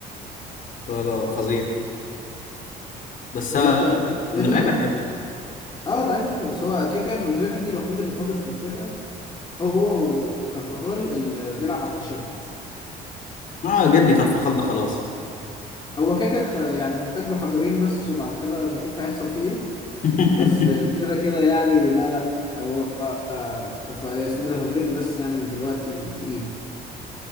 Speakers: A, on the left; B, on the left.
A: لا لا لا، فظيع بس
B: بجد
A: أنا-
B: انا بالنسبه
A: من
B: لي
A: اللعيبه الحلوه
B: اه لعيبه حلوه بس هو كده كده فالفيردي الوحيد اللي فاضل في الفرقه هو وكارفاخال اللي بيلعب على التيشيرت
A: اه جدي كارفخال ده خلاص
B: هو كده كده خ- يعني محتاج له حجرين بس وبعد كده نشوف هيحصل فيه ايه
A: <laughs>
B: بس كده كده يعني لا لا هو آه، كارف- اسمه ايه ده فالفيردي بس يعني اللي دلوقتي تقيل